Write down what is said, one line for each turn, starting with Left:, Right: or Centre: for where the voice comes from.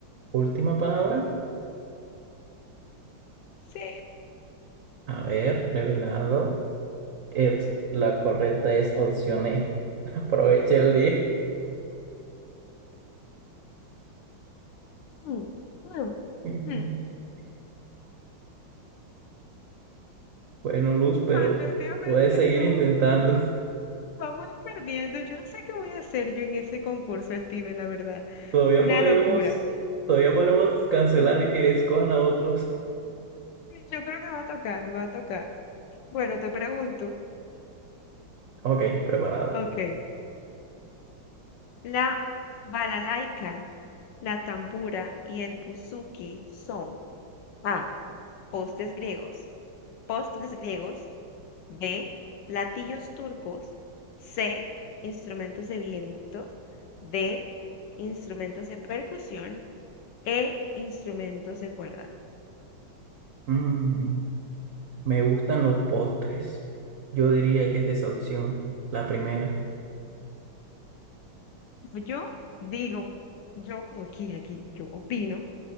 Right: Última palabra.
Left: Sí.
Right: A ver, revelado. Es- la correcta es opción E. <laughs> Aprovecha el día.
Left: Mm, mm,
Right: <laughs>
Left: mm.
Right: Bueno, Luz, pero
Left: Definitivamente
Right: puedes seguir
Left: no.
Right: intentando. <laughs>
Left: Vamos perdiendo. Yo no sé qué voy a hacer yo en ese concurso, Steven, la verdad.
Right: Todavía
Left: Una
Right: podremos,
Left: locura.
Right: todavía podremos cancelar
Left: Mm,
Right: y que escojan a otros.
Left: Yo creo que va a tocar, va a tocar. Bueno, te pregunto.
Right: Ok, preparado.
Left: Ok. La balalaika, la tambura y el buzuki son A, postes griegos, postres griegos, B, platillos turcos, C, instrumentos de viento, D, instrumentos de percusión, E, instrumentos de cuerda.
Right: Mm. Me gustan los postres. Yo diría que es esa opción, la primera.
Left: Yo digo, yo aquí, aquí, yo opino